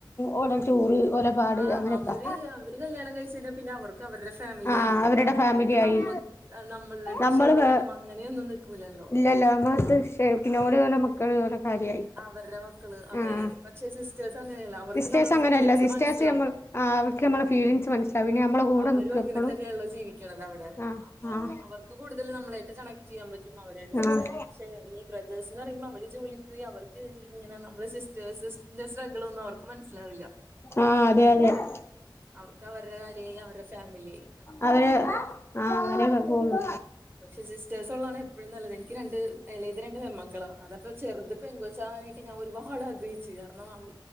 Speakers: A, on the left; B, on the right.
A: ഓലെ ചോറ് ഓലെ പാട്
B: ആഹ്
A: അങ്ങനെയൊക്ക
B: അവര് അവര് കല്യാണം കഴിച്ച് കഴിഞ്ഞാ പിന്നെ അവർക്ക് അവരുടെ ഫാമിലി
A: ആ
B: ആയില്ലേടാ
A: അവരുടെ ഫാമിലി
B: പിന്നെ
A: ആയി
B: നമ്മക്ക് നമ്മളുടെ അടുത്ത്
A: നമ്മള്
B: ഷെയർ
A: വ
B: ചെയ്യാനും അങ്ങനെയൊന്നും നിക്കൂലല്ലോ
A: ഇല്ലല്ല നമ്മളെത്ത് ഷെ പിന്നെഓരോലെ മക്കൾ ഓല കാര്യായി
B: അവരുടെ മക്കള് അതായി
A: ആഹ്
B: പക്ഷെ സിസ് സ്റ്റർസ് അങ്ങനല്ല അവർക്ക്
A: സിസ്റ്റേഴ്സ്
B: നമ്മളെ
A: അങ്ങനെയല്ല
B: ഫിലിംഗ്സ്
A: സിസ്റ്റേഴ്സ്
B: മനസ്സിലാവും
A: നമ്മൾ ആഹ് അവർക്ക് നമ്മളെ ഫീലിംഗ്സ് മനസ്സിലാവും പിന്നെ നമ്മളെ കൂടെ
B: അവരും
A: നിക്കും
B: അങ്ങനെതൻ
A: എപ്പളും
B: ല്ല ജീവിക്കണുന്നത് അവിടെ
A: ആഹ്
B: അപ്പൊ
A: ആഹ്
B: അവർക്ക് കൂടുതൽ നമ്മളായിട്ട് കണക്ട് ചെയ്യാൻ പറ്റും അവരായിട്ട്
A: ആഹ്
B: സംസാരിക്കാൻ പ ഈ ബ്രദേേഴ്സ്ന്ന് പറയുമ്പോ അവര് ജോലിക് പോയി അവർ ക്ക് ഇങ്ങനെ നമ്മള സിസ്റ്റേഴ്സിൻ്റെ സ്ട്രഗിൾ ഒന്നും അവർക്ക് മനസ്സിലാവില്ല
A: ആഹ് അതെ
B: അല്ലെങ്കിൽ
A: അതെ
B: തന്നെ അവർക്ക് അവരുടെ കാര്യായി അവരുടെ ഫാമിലിയായി
A: അവര് ആഹ് അങ്ങനെ പോള്ളു
B: പക്ഷെ സിസ്റ്റേഴ്സ് ഉള്ളതാണ് എപ്പോഴും നല്ലത് എനിക്ക് രണ്ട് എളേത് രണ്ട് പേമക്കളാ അതപ്പോ ചെറുത് പെൺകോച്ചാവാനായിട്ട് ഞാൻ ഒരുപാട് ആഗ്രഹിച്ചു കാരണം അവ